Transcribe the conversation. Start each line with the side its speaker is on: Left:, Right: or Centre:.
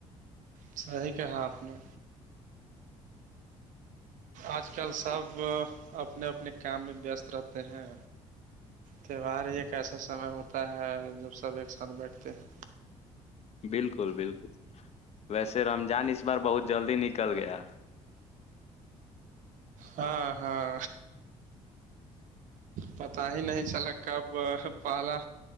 Right: صحیح کہا آپ نے آج کل سب اپنے اپنے کام میں وست رہتے ہیں تہوار ہی ایک ایسا سمے ہوتا ہے جب سب ایک ساتھ بیٹھتے ہیں
Left: بالکل بالکل ویسے رمضان اس بار بہت جلدی نکل گیا
Right: ہاں ہاں پتا ہی نہیں چلا کب پہلا